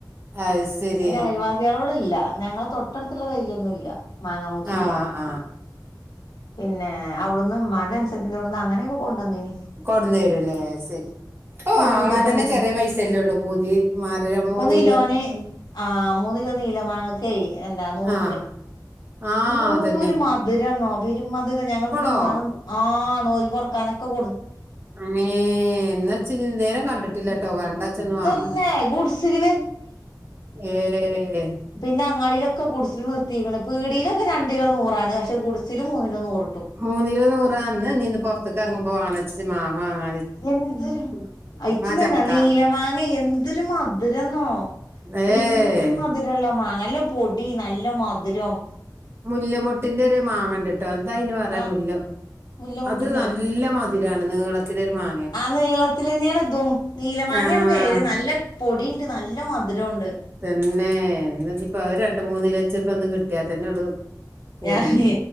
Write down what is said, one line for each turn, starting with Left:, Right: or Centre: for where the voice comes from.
Right: അത് ശരി
Left: അതിന് അയൽവാസികള കൂടെ ഇല്ല ഞങ്ങളെ തൊട്ടടുത്തുള്ള വൈര്ൊന്നും ഇല്ല മാങ്ങാമൂച്ചില്ല
Right: ആഹ ആഹ
Left: പിന്നെ അവിടന്ന് മന്റെ അനസര ഇവിടന്ന് അങ്ങനെയൊക്കെ കൊണ്ടുുവന്നീനി
Right: കൊടന്ന് വരൂല്ലേ ശരി ഓ
Left: മിറ്റത്തെ
Right: അങ്ങാൻ തന്നെ
Left: മൂച്ചി
Right: ചെറിയ പൈസല്ലേള്ളൂ പൂതി മാറി മൂതി
Left: കിലോന ആ മൂന്ന കിലോ നീലം വാങ്ങക്ക എന്താ നൂറുപ്യ
Right: ആഹ് ആഹ്
Left: എന്ത
Right: അതന്നെ
Left: ഒരു മധുര എന്നോ അപ്പൊരു മധുര ഞങ്ങിപ്പോ
Right: ഇപ്പളോ
Left: മിഞ്ഞാന ആ ആ പൊറക്കാനൊക്കെൂ
Right: അങ്ങേ എന്നാ ഇച്ച് ഇതേരം കണ്ടിട്ടില്ലട്ടോ
Left: തന്നെ
Right: കണ്ടാച്ചൊന്ന് വാങ്ങണം
Left: ഗുഡ്സില്
Right: ഏഹ്
Left: പിന്നെ അങ്ങാളൊക്കെ കൂ നിർ പീടിയിലൊക്കെ രണ്ട കിലോ നൂറാണ് പക്ഷേ ഗഡസിില് മൂന്ന കിലോ നൂറ്ണ്ട്
Right: മൂന്നിലോ നൂറന്ന് നിീന്ന്റത്തേക്ക് ഇറങ്ങുമ്പോ വാണച്ച മാങ്ങ വാങ്ങാ
Left: എന്തൊരു അയിച്ച തന്നാ
Right: ചക്ക
Left: നീലമാങ്ങ എന്തൊരു മധുര എന്നോ
Right: ഏഹ്
Left: പിരു മധുരമള്ള മാ നല്ല പൊടി നല്ല മധുരം
Right: മുല്ലമുട്ടിന്റെ ഒരു മാങ്ങണ്ടിട്ടും കേട്ടോ എന്താ ഇന് പറയാൻ
Left: ആഹ്
Right: മുല്ല
Left: മുല്ലമുട്ടിന്റെ
Right: അത് നല്ല മധുരാണ് നിീളത്തില ഒരു മാ
Left: ആ നീളത്തി തന്നെയാണ് ഇതും നീല മാങ്ങാണ്
Right: ആഹ്
Left: പേര് നല്ല പൊടിുണ്ട് നല്ല മ മര ഉണ്ട്
Right: തന്നെപ്പോ രണ്ട മൂന്നിലച്ച ഇപ്പന്ന് കിട്ടിയാ തന്നെള്ളത് പൂതിീല്
Left: ഞാന്